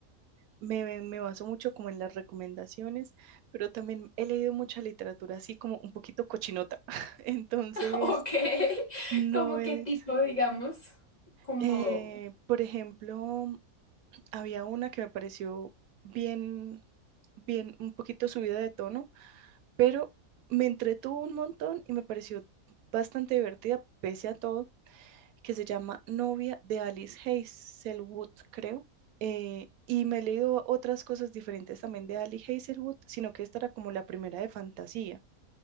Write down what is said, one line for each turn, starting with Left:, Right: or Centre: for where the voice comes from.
Right: me, me baso mucho como en las recomendaciones, pero también he leído mucha literatura así como un poquito cochinota, <laughs> entonces...
Left: <laughs> Ok,
Right: No
Left: como
Right: es.
Left: qué tipo, digamos, como...
Right: Eh, por ejemplo, había una que me pareció bien, bien, un poquito subida de tono, pero me entretuvo un montón y me pareció bastante divertida, pese a todo, que se llama Novia de Alice Hazelwood, creo. Eh, y me he leído otras cosas diferentes también de Alice Hazelwood, sino que esta era como la primera de fantasía.